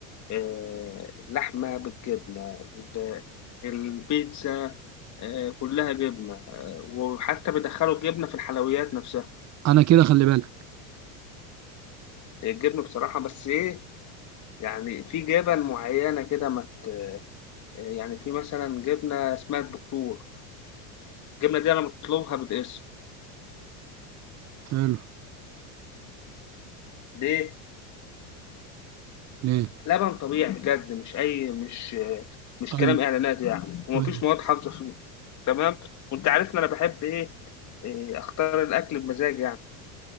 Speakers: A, on the left (about 40°); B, on the right (about 35°).
A: آه، اللحمه بالجبنه ال- البيتزا آه، كلها جبنه آه، وحتى بيدخلوا الجبنه في الحلويات نفسها
B: انا كده خلي بالك
A: هي الجبنه بصراحه بس ايه يعني في جبن معينه كده ما ت- آه، يعني في مثلا جبنه اسمها الدكتور الجبنه دي انا مطلوبها بالاسم
B: حلو
A: ليه
B: ليه
A: لبن طبيعي بجد مش أي مش مش
B: ايوه
A: كلام إعلانات يعني ومفيش
B: ايوه
A: مواد حافظة فيه تمام وأنت عارفني أنا بحب إيه إيه، اختار الاكل بمزاج يعني